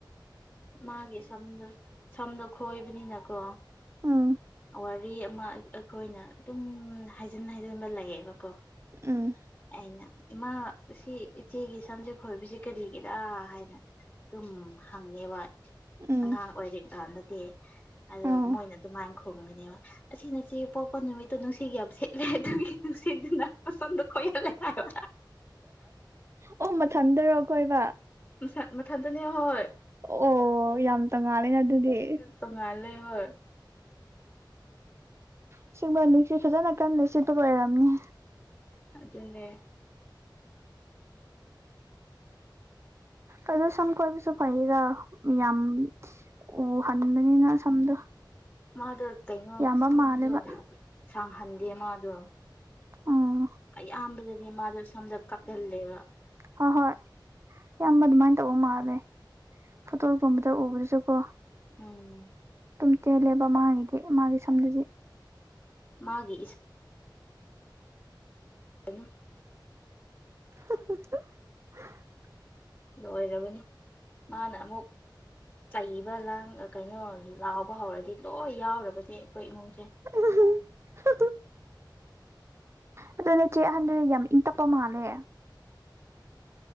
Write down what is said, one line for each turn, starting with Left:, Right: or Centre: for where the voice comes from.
Left: ꯃꯥꯒꯤ ꯁꯝꯗꯣ ꯁꯝꯗꯣ ꯈꯣꯏꯕꯅꯤꯅꯀꯣ
Right: ꯑꯥꯝ
Left: ꯋꯥꯔꯤ ꯑꯃ ꯑꯩꯈꯣꯏꯅ ꯑꯗꯨꯝ ꯍꯥꯏꯖꯤꯟ ꯍꯥꯏꯖꯤꯟꯕ ꯂꯩꯌꯦꯕꯀꯣ
Right: ꯎꯝ
Left: ꯑꯩꯅ ꯏꯃꯥꯁꯤ ꯏꯆꯦꯒꯤ ꯁꯝꯖꯦ ꯈꯣꯏꯕꯁꯤ ꯀꯔꯤꯒꯤꯔꯥ ꯍꯥꯏꯅ ꯑꯗꯨꯝ ꯍꯪꯉꯦꯕ
Right: ꯎꯝ
Left: ꯑꯉꯥꯡ ꯑꯣꯏꯔꯤꯀꯥꯟꯗꯗꯤ ꯑꯗꯣ
Right: ꯎꯝ
Left: ꯃꯣꯏꯅ ꯑꯗꯨꯃꯥꯏꯅ ꯊꯨꯝꯒꯅꯦꯕ ꯑꯁꯤꯅꯆꯦ ꯄꯣꯛꯄ ꯅꯨꯃꯤꯠꯇꯣ ꯅꯨꯡꯁꯤꯠ ꯌꯥꯝ ꯁꯤꯠ ꯑꯗꯨꯒꯤ ꯅꯨꯡꯁꯤꯠꯇꯨꯅ ꯃꯁꯥꯝꯗꯣ ꯈꯣꯏꯍꯜꯂꯦ ꯍꯥꯏꯕ
Right: ꯑꯣ ꯃꯊꯟꯗꯔꯣ ꯈꯣꯏꯕ
Left: ꯃ ꯃꯊꯥꯟꯇꯅꯦ ꯍꯣꯢ
Right: ꯑꯣ ꯌꯥꯝ ꯇꯣꯡꯉꯥꯜꯂꯦꯅ ꯑꯗꯨꯗꯤ
Left: ꯇꯣꯉꯥꯜꯂꯦ ꯍꯣꯏ
Right: ꯑꯁꯦꯡꯕ ꯅꯦꯡꯁꯤꯠ ꯐꯖꯅ ꯀꯟꯅ ꯁꯤꯠꯕ ꯑꯣꯢꯕꯒꯤ ꯑꯣꯏꯔꯝꯅꯤ
Left: ꯑꯗꯨꯗꯅꯦ
Right: ꯑꯗꯣ ꯁꯝ ꯀꯣꯏꯕꯁꯨ ꯐꯩꯌꯦꯅ ꯌꯥꯝ ꯎꯍꯟꯕꯅꯤꯅ ꯁꯝꯗꯣ
Left: ꯃꯥꯗꯣ ꯀꯩꯅꯣ
Right: ꯌꯥꯝꯕ
Left: ꯁꯝꯗꯣ
Right: ꯃꯥꯜꯂꯦꯕ
Left: ꯁꯥꯡꯍꯟꯗꯦ ꯃꯥꯗꯣ
Right: ꯑꯥꯝ
Left: ꯑꯌꯥꯝꯕꯗꯗꯤ ꯃꯥꯗꯣ ꯁꯣꯝꯗ ꯀꯛꯀꯜꯂꯦꯕ
Right: ꯍꯣꯏ ꯍꯣꯏ ꯏꯌꯥꯝꯕ ꯑꯗꯨꯃꯥꯏꯅ ꯇꯧꯕ ꯃꯥꯜꯂꯦ ꯐꯣꯇꯣꯒꯨꯝꯕꯗ ꯎꯕꯗꯁꯨꯀꯣ
Left: ꯎꯝ
Right: ꯗꯨꯝ ꯇꯦꯜꯂꯦꯕ ꯃꯥꯗꯤ ꯃꯥꯒꯤ ꯁꯥꯝꯗꯨꯗꯤ
Left: ꯃꯥꯒꯤ ꯏ ꯀꯩꯅ <unintelligible>
Right: <unintelligible>
Left: ꯂꯣꯏꯔꯕꯅꯤ ꯃꯥꯅ ꯑꯃꯨꯛ ꯆꯩꯕ ꯂꯥꯡ ꯀꯩꯅꯣ ꯂꯥꯎꯕ ꯍꯧꯔꯗꯤ ꯂꯣꯏ ꯌꯥꯎꯔꯕꯅꯦ ꯑꯩꯈꯣꯏ ꯏꯃꯨꯡꯁꯦ
Right: ꯎ <unintelligible> ꯑꯗꯨꯅꯦ ꯅꯆꯦ ꯑꯍꯟꯗ ꯌꯥꯝ ꯏꯪ ꯇꯞꯄ ꯃꯥꯜꯂꯦ